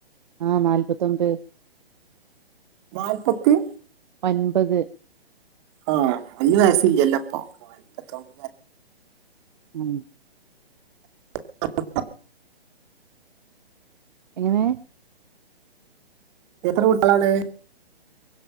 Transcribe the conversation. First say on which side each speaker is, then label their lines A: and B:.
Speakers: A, on the right (about 50°); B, on the right (about 25°).
A: ആ നാൽത്തൊമ്പ്
B: നാൽപ്പത്തി
A: ഒൻപത്
B: ആ വല്യ വയസ്‌ല്ലപ്പൊ നല്പത്തൊമ്പ
A: ഇം
B: <unintelligible>
A: എങ്ങനെ
B: എത്ര കുട്ടികളാണ്